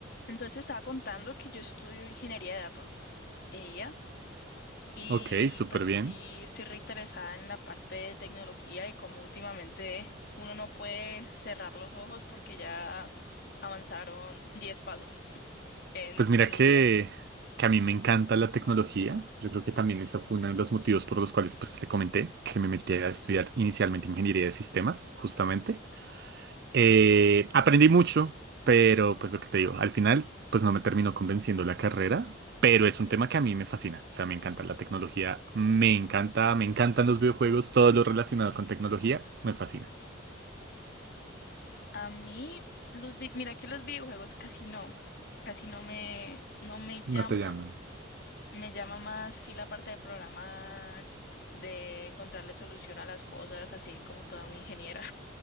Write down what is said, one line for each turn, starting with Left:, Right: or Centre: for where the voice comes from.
Left: Entonces estaba contando que yo estudio ingeniería de datos, ella, y
Right: Ok, súper
Left: pues sí
Right: bien.
Left: estoy reinteresada en la parte de tecnología y como últimamente uno no puede cerrar los ojos porque ya avanzaron 10 pasos en,
Right: Pues mira
Left: en un
Right: que,
Left: día.
Right: que a mí me encanta la tecnología. Yo creo que también esa fue uno de los motivos por los cuales pues, te comenté que me metí a estudiar inicialmente ingeniería de sistemas, justamente. Eh, aprendí mucho, pero pues lo que te digo, al final pues no me terminó convenciendo la carrera, pero es un tema que a mí me fascina. O sea, me encanta la tecnología, me encanta, me encantan los videojuegos, todo lo relacionado con tecnología, me fascina.
Left: A mí, los, vi- mira que los videojuegos casi no, casi no me, no me llaman.
Right: No te llaman.
Left: Me llama más sí la parte de programar, de encontrarle solución a las cosas, así como toda una ingeniera.